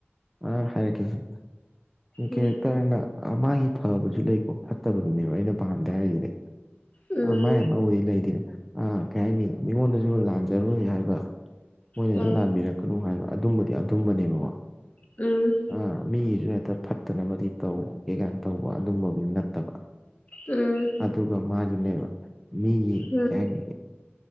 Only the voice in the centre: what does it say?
ꯑ ꯍꯥꯏꯔꯛꯀꯁꯦ ꯀꯦꯔꯦꯛꯇꯔꯅ
ꯑ ꯃꯥꯒꯤ ꯐꯕꯁꯨ ꯂꯩꯀꯣ ꯐꯠꯇꯕꯗꯨꯅꯦꯕ ꯑꯩꯅ ꯄꯥꯝꯗꯦ ꯍꯥꯏꯔꯤꯁꯤꯗꯤ
ꯃꯥꯏ ꯑꯃꯕꯨꯗꯤ ꯂꯩꯗꯤꯗ ꯑ ꯀꯩ ꯍꯥꯏꯅꯤ ꯃꯤꯉꯣꯟꯗꯁꯨ ꯂꯥꯟꯖꯔꯨꯣꯏ ꯍꯥꯏꯕ ꯃꯣꯏꯅꯁꯨ
ꯂꯥꯟꯕꯤꯔꯛꯀꯅꯨ ꯍꯥꯏꯕ ꯑꯗꯨꯝꯕꯗꯤ ꯑꯗꯨꯝꯕꯅꯦꯕꯀꯣ
ꯑꯥ ꯃꯤꯒꯤꯁꯨ ꯍꯦꯛꯇ ꯐꯠꯇꯅꯕꯗꯤ ꯇꯧ ꯀꯦ ꯀꯥꯏꯅ ꯇꯧꯕ ꯑꯗꯨꯝꯕꯕꯨ ꯅꯠꯇꯕ
ꯑꯗꯨꯒ ꯃꯥꯒꯤꯅꯦꯕ ꯃꯤꯒꯤ
ꯀꯩ ꯍꯥꯏꯅꯤ